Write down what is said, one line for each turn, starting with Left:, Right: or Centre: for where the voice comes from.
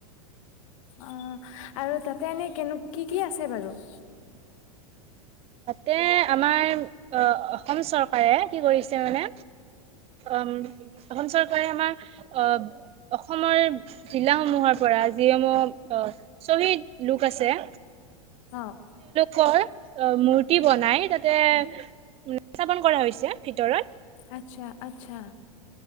Left: অ আৰু তাতে এনেই কেনেকা। কি কি আছে বাৰু। <inaudible>
Right: তে আমাৰ আহ অসম চৰকাৰে কি কৰিছে মানে। অম অসম চৰকাৰ। আমাৰ আহ অসমৰ জিলা সমূহৰ পৰা যিসমূহ আহ শহীদ লোক আছে
Left: অ
Right: ক অ মূৰ্তি বনাই তাতে স্থাপন কৰা হৈছে ভিতৰত
Left: আচ্ছা আচ্ছা